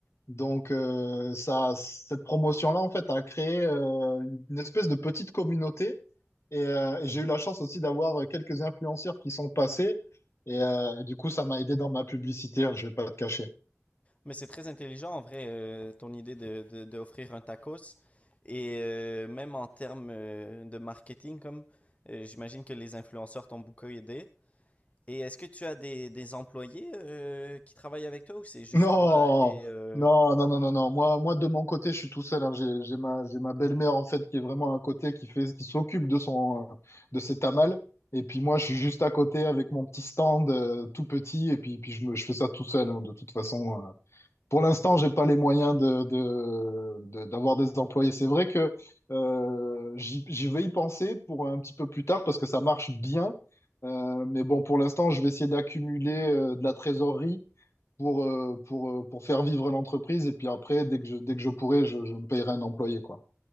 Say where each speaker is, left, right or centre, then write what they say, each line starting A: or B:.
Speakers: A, on the left (about 65°); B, on the left (about 30°).
A: Donc, euh, ça, cette promotion-là, en fait, a créé euh, une, une espèce de petite communauté. Et, euh, et j'ai eu la chance aussi d'avoir quelques influenceurs qui sont passés. Et, euh, et du coup, ça m'a aidé dans ma publicité, hein, je vais pas te cacher.
B: Mais c'est très intelligent, en vrai, euh, ton idée de, de, d'offrir un tacos. Et euh, même en termes euh, de marketing, comme euh, j'imagine que les influenceurs t'ont beaucoup aidé. Et est-ce que tu as des, des employés euh, qui travaillent avec toi ou c'est juste
A: Non,
B: toi et... euh,
A: non, non, non, non, non. Moi, moi, de mon côté, je suis tout seul. hein. J'ai, j'ai ma, j'ai ma belle-mère en fait qui est vraiment à côté, qui fait, qui s'occupe de son, euh, de ses tamales. Et puis moi, je suis juste à côté avec mon petit stand euh, tout petit. Et puis, puis je me, je fais ça tout seul. hein. De toute façon, euh, pour l'instant, j'ai pas les moyens de, de, de- d'avoir des employés. C'est vrai que euh, j'y, j'y vais y penser pour un petit peu plus tard parce que ça marche bien. Euh, mais bon, pour l'instant, je vais essayer d'accumuler euh, de la trésorerie pour, euh, pour, euh, pour faire vivre l'entreprise. Et puis après, dès que je, dès que je pourrai, je, je me payerai un employé, quoi.